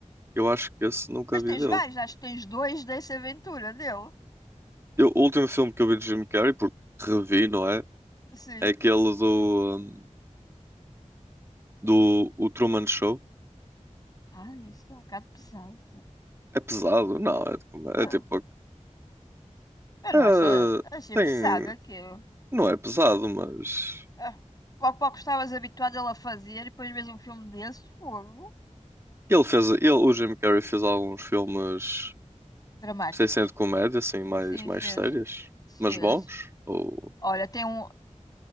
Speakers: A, on the right; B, on the left.
A: eu acho que esse nunca
B: Mas
A: vi
B: tens
A: dele.
B: vários, acho que tens dois dessa aventura dele.
A: Eu- o último filme que eu vi de Jim Carrey, porque revi, não é?
B: Sim.
A: É aquele do, hum, do o Truman Show.
B: Ah, isso é um bocado pesado.
A: É pesado? Não, é, tipo-
B: Ah,
A: é tipo.
B: eu
A: é-
B: não acho, achei
A: tem,
B: pesado aquilo.
A: não é pesado, mas.
B: Ah, pouco pouco estavas habituado a ele a fazer e depois vês um filme desses, fogo.
A: Ele fez. Ele, o Jim Carrey fez alguns filmes,
B: Dramáticos.
A: tipo, sem ser de comédia, assim, mais,
B: Sim,
A: mais
B: fez.
A: sérias,
B: Fez.
A: mas bons. Ou...
B: Olha, tem um.